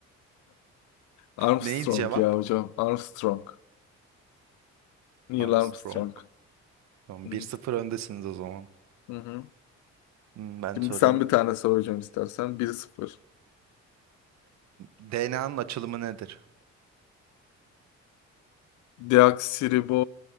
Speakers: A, on the left; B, on the right.
A: Armstrong
B: Neydi cevap?
A: ya hocam. Armstrong. Neil
B: Armstrong.
A: Armstrong.
B: Tamam
A: Hı hı.
B: bir sıfır öndesiniz o zaman.
A: Hı
B: Hmm, Ben
A: Şimdi
B: sorayım.
A: sen bir tane sor hocam istersen. bir sıfır.
B: DNA'nın açılımı nedir?
A: Deoksiribo